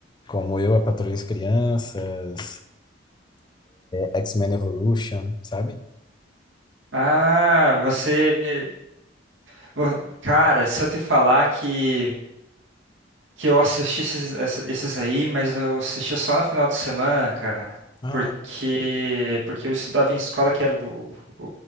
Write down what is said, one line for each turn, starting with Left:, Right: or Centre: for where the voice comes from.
Left: como Eu, a Patrulha das Crianças, é, X-Men Evolution, sabe?
Right: Ah, você, vo- cara, se eu te falar que que eu assisti esses, essa- esses aí, mas eu assistia só no final de semana, cara,
Left: Ah,
Right: porque porque eu estudava em escola que era o, o-